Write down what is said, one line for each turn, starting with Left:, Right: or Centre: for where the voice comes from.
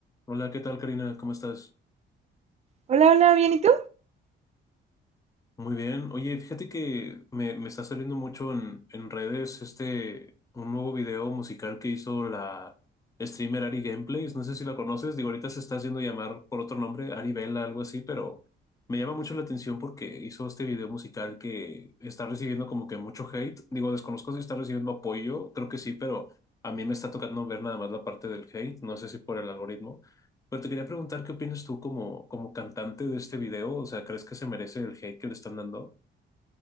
Left: Hola, ¿qué tal, Karina? ¿Cómo estás?
Right: Hola, hola, bien, ¿y tú?
Left: Muy bien. Oye, fíjate que me, me está saliendo mucho en, en redes este un nuevo video musical que hizo la streamer Ari Gameplays. No sé si la conoces. Digo, ahorita se está haciendo llamar por otro nombre, Ari Vela, algo así, pero me llama mucho la atención porque hizo este video musical que está recibiendo como que mucho hate. Digo, desconozco si está recibiendo apoyo, creo que sí, pero a mí me está tocando ver nada más la parte del hate. No sé si por el algoritmo. Pero te quería preguntar qué opinas tú como, como cantante de este video. O sea, ¿crees que se merece el hate que le están dando?